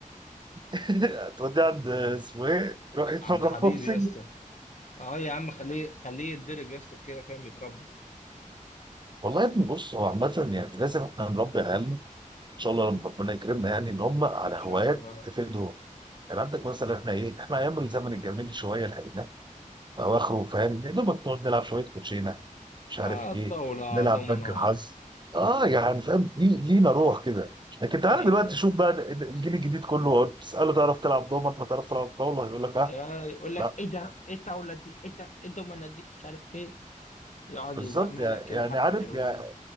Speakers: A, on the right; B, on the left.
A: <laughs> هتودي عند اسمه ايه روح يتفرج
B: عند حبيبي
A: بوكسنج
B: يس اه يا عم خليه خليه يتدرب يس كده فاهم يتربى
A: والله يا ابني بص هو عامة يعني لازم احنا نربي عيالنا ان شاء الله لما ربنا يكرمنا يعني ان هم على
B: ان شاء
A: هوايات
B: الله
A: تفيدهم كان عندك مثلا احنا ايه احنا ايام الزمن الجميل شويه اللي اواخره فاهم يا دوبك نقعد نلعب شويه كوتشينه مش عارف
B: اه
A: ايه
B: الطاوله
A: نلعب
B: دومنا
A: بنك الحظ اه يعني فاهم لي- لينا روح كده لكن تعالى
B: ايوه
A: دلوقتي شوف بقى الجيل الجديد كله تساله تعرف تلعب دومنه تعرف تلعب طاوله هيقول لك اه
B: آه، يقول لك
A: لا
B: ايه ده ايه الطاوله دي ايه ده ايه الدومنه دي مش عارف ايه يقعد
A: بالظبط
B: يبقملك
A: يع-
B: كده
A: يعني
B: حبة
A: عارف
B: حلوين
A: يع-